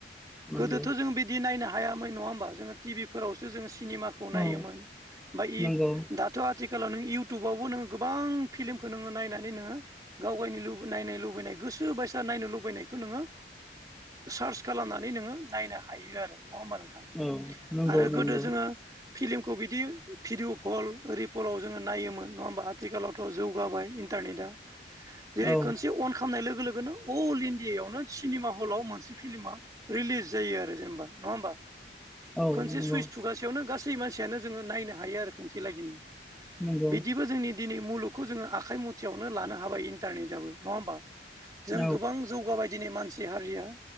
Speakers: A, in the centre; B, on the right.
A: नंगौ
B: गोदोथ' जों बिदि नायनो हायो हायामै नङा होमबा जोङो टि भि फोरावसो जोङो सिनेमाखौ
A: औ
B: नायोमोन बओमफ्राय
A: नंगौ
B: दाथ' आथिखाल आथिखालाव नों इउटुबावबो नोङो गोबां फिल्मखौ नोङो नायनानै नोङो गाव गायनो नाय लुबैनाय गोसो गोसो बायसा नायनो लुबैनायखौ नोङो सार्स खालामनानै नोङो नायनो हायो आरो नङा होमबा नोंथां
A: औ नंगौ
B: आरो
A: नंगौ
B: गोदो जोङो फिलि्मखौ बिदि भिडिअ पल रओि फलाव जोङो नायोमोन नङा होमबा आथिखालावथ' जौगाबाय ने जेरै
A: औ
B: खनसे अन खालामनाय लोगो बेनो अल इण्डियायावनो सिनेमा हलाव मोनसे फिल्मा रिलिज जायो आरो जेनेबा नङा होमबा
A: औ
B: खनसे
A: नंगौ
B: सुइस थुगासेयावनो गासै मानसियानो जोङो नायनो हायो आरो खनसे लागिनो
A: नंगौ
B: बिदिबो जोंनि दिनै मुलुगखौ जोङो आखाइ मुथयावनो लानो हाबाय इन्टारनेटाबो नङा होमबा जों
A: औ
B: गोबां जौगाबाय दिनै मानसि हारिया